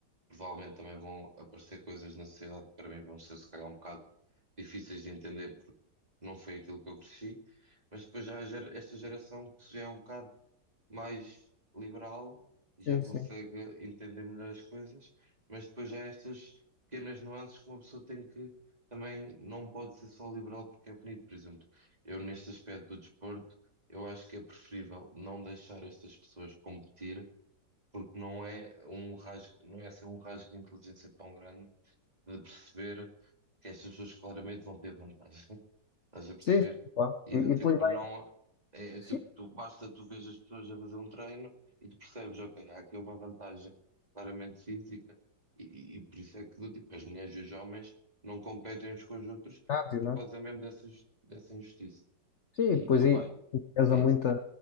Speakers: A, on the right (about 25°); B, on the left (about 50°).
A: Provavelmente também vão aparecer coisas na sociedade que para mim vão ser se calhar um bocado difíceis de entender porque não foi aquilo que eu cresci, mas depois já há gera- esta geração que já é um bocado mais liberal e
B: Sim,
A: já consegue
B: sim.
A: entender melhor as coisas, mas depois já há estas pequenas nuances que uma pessoa tem que também não pode ser só liberal porque é bonito, por exemplo. Eu neste aspecto do desporto, eu acho que é preferível não deixar estas pessoas competir porque não é um rasgo, não é assim um rasgo de inteligência tão grande de perceber que estas pessoas claramente vão ter vantagem. <laughs> Estás a perceber?
B: Sim, sim, claro.
A: E
B: E,
A: do
B: e
A: tipo,
B: depois vai.
A: não é, é
B: Sim,
A: tipo, tu, basta tu veres as pessoas a fazer um treino e tu percebes, ok, há aqui uma vantagem claramente física, e, e por isso é que do tipo, as mulheres e os homens não competem uns com os outros
B: Exato, exato.
A: por causa mesmo dessas, dessa injustiça.
B: sim,
A: E,
B: pois
A: opá,
B: en- enviesa
A: é
B: muita,
A: isso.